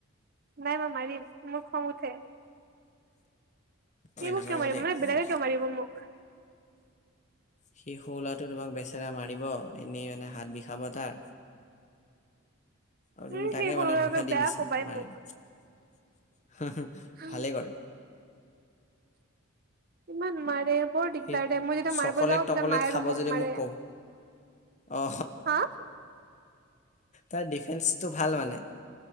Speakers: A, on the right; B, on the left.
A: নাই মই মাৰিম মোৰ খং উঠে। সি
B: ঐ
A: মোক
B: নামাৰিবা
A: কিয় মাৰিব,
B: দেই
A: মানে
B: সৰু
A: বেলেগে
B: ল'ৰাটো
A: কিয় মাৰিব মোক?
B: সি সৰু ল'ৰাটোৱে তোমাক বেচেৰা মাৰিব এনেই মানে হাত বিষাব তাৰ। আৰু তুমি
A: উম
B: তাকে
A: সেই সৰু ল'ৰাটো
B: ঢোষা দি
A: বেয়া
B: দিছা
A: কোবাই
B: মাৰিম।
A: মোক অ।
B: ভালেই কৰে
A: ইমান মাৰে বৰ দিগদাৰ
B: সি
A: দেই, মই যেতিয়া
B: চকলেট
A: মাৰিব যাওঁ
B: টকলেট
A: তেতিয়া মায়
B: খাব
A: আৰু মোক
B: যদি
A: মাৰে।
B: কওঁ অ
A: হা
B: তাৰ ডিফেন্সটো ভাল মানে।